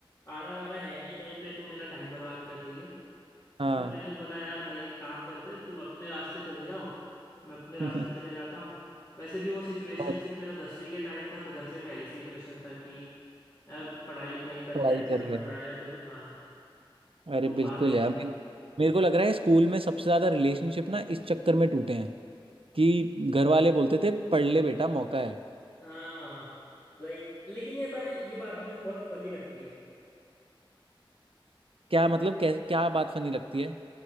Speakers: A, on the left; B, on the right.
A: आना जाना है नहीं कहीं पे तुम मेरा टाइम बर्बाद कर रही हो तो
B: हाँ
A: फिर मैंने बोला यार भाई एक काम करते हैं, तुम अपने रास्ते चले जाओ मैं अपने रास्ते
B: <laughs>
A: चले जाता हूँ वैसे भी वो सिचुएशनशिप
B: और
A: मेरा दसवीं के टाइम था तो घर से पहले से ही प्रेशर था कि यार पढ़ाई लिखाई करके
B: पढ़ाई
A: अच्छे
B: कर
A: नंबर
B: ले
A: लाना है तुम्हें हाँ
B: अरे
A: तो
B: बिल्कुल
A: बात ऐसी
B: यार
A: थी
B: मेरे, मेरे को लग रहा है स्कूल में सबसे ज्यादा रिलेशनशिप ना इस चक्कर में टूटे हैं कि घर वाले बोलते थे पढ़ ले बेटा मौका है
A: हाँ भाई लेकिन ये बारे ये बात मुझे बहुत फनी लगती है
B: क्या मतलब कै, क्या बात फनी लगती है